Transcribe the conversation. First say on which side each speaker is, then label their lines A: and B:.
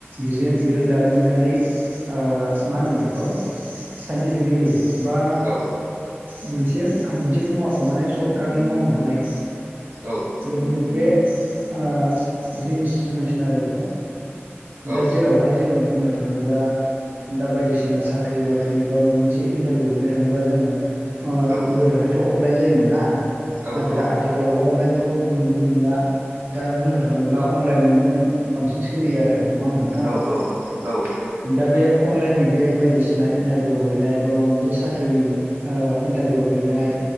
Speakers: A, on the right; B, on the right.
A: बिजों बिरोंदारिमिनारि आ मा होनगोन बेखौ साइन्टिफिकेलि बा
B: औ
A: मोनसे मोनसे मुवाखौ माने सर्टकाटलि मावनो हानाय
B: औ।
A: बेबायदि मोनसे आ जिनिस होननांसिगोन आरो बेखौ
B: औ
A: दा जेराव हाय जोङो बुंनो थाङोब्ला दा बायदिसिना साख्रि बाख्रि बा मायबा मोनसे इन टारभिउ हैनो थाङोब्ला जोङो आ
B: औ
A: गोदोहायथ' अफलाइन जायोमोन ना
B: औ
A: नाथाय
B: औ
A: दा आथिखालावबा अफलाइनखौ नुनो मोनला। दा बुंनो थाङोब्ला अनलाइननो बांसिन सोलियो आरो नङा होमबा नोंथां
B: औ औ औ
A: दा बे अनलाइननि बे बायदिसिना इन्टारभिउ हैनाय बा माबा मोनसे साख्रिनि आ इन्टारभिउ हैनाय